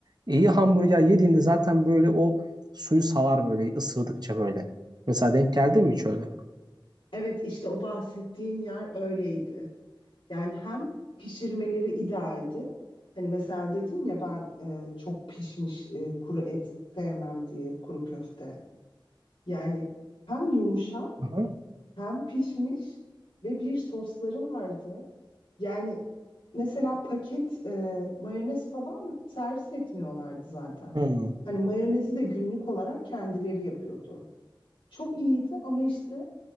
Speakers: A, on the right; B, on the left.
A: İyi hamburger yediğinde zaten böyle o suyu salar böyle ısırdıkça böyle. Mesela denk geldi mi hiç öyle?
B: Evet işte o bahsettiğim yer öyleydi. Yani hem pişirmeleri idealdi. Hani mesela dedim ya ben e, çok pişmiş e, kuru et sevmem diye kuru köfte. Yani hem yumuşak
A: Aha.
B: hem pişmiş ve bir sosları vardı. Yani mesela paket e, mayonez falan servis etmiyorlardı zaten.
A: Hmm.
B: Hani mayonezi de günlük olarak kendileri yapıyordu. Çok iyiydi ama işte